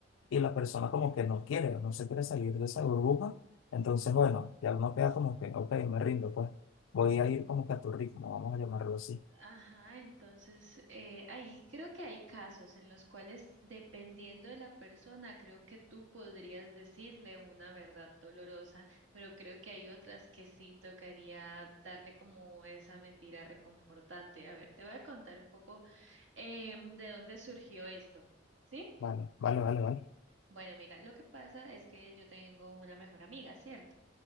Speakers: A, on the left; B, on the right.
A: y la persona como que no quiere, no se quiere salir de esa burbuja, entonces bueno, ya uno queda como que, ok, me rindo, pues voy a ir como que a tu ritmo, vamos a llamarlo así.
B: Ajá, entonces eh, ahí creo que hay casos en los cuales, dependiendo de la persona, creo que tú podrías decirle una verdad dolorosa, pero creo que hay otras que sí tocaría darle como esa mentira reconfortante. A ver, te voy a contar un poco em, de dónde surgió esto, ¿sí?
A: Vale, vale, vale, vale.
B: Bueno, mira, lo que pasa es que yo tengo una mejor amiga, ¿cierto?